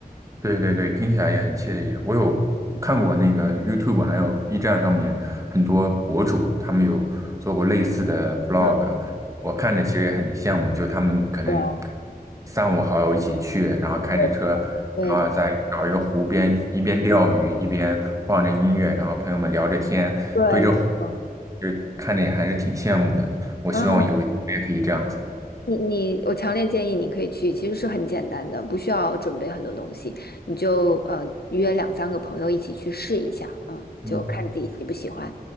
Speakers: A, on the right (about 20°); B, on the left (about 85°).
A: 对对对，听起来也很惬意。我有看过那个
B: 嗯，
A: YouTube 还有 B 站上面很多博主，他们有做过类似的 vlog，
B: 嗯，
A: 我看着其实也很羡慕，就他们可能
B: 对
A: 三五好友一起去，然后开着车，
B: 对对对，
A: 然后再找一个湖边，一一边钓鱼一边放着音乐，然后朋友们聊着天，
B: 对没错
A: 对着湖，就看着也还是挺羡慕的。我希望有一天我也可以这样子。
B: 嗯。你你，我强烈建议你可以去，其实是很简单的，不需要准备很多东西，你就呃约两三个朋友一起去试一下，嗯，
A: 嗯，
B: 就看自己喜不喜欢。